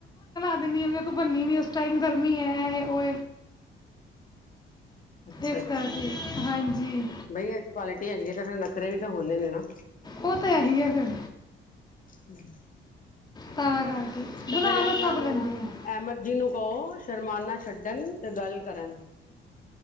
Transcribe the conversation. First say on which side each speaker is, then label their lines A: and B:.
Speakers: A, on the left; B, on the left.
A: ਨੀ ਹਾਂ, ਮੈਂ ਕੋ ਬੰਨਨੀ, ਉਸ ਟਾਈਮ ਗਰਮੀ ਹੈ ਆਏ ਉਹ
B: ਅੱਛਾ
A: ਇਸ
B: ਅੱਛਾ,
A: ਕਰਕੇ ਹਾਂਜੀ
B: ਬਈ ਕੁਆਲਿਟੀ ਹੈਗੀ ਤਾਂ ਫਿਰ ਨਖਰੇ ਵੀ ਤਾਂ ਹੋਣੇ ਨੇ ਨਾ?
A: ਉਹ ਤਾਂ ਹੈ ਹੀ ਆ ਫਿਰ।
B: ਹਮ
A: ਤਾਂ ਕਰਕੇ
B: ਤੇ
A: ਬਣਾ
B: ਫਿਰ ਇਹਨਾਂ
A: ਮੈਂ ਸਭ
B: ਨੂੰ
A: ਲੈਂਦੀ ਹਾਂ
B: ਅਹਿਮਦ ਜੀ ਨੂੰ ਕਹੋ, ਸ਼ਰਮਾਨਾ ਛੱਡਣ ਤੇ ਗੱਲ ਕਰਨ।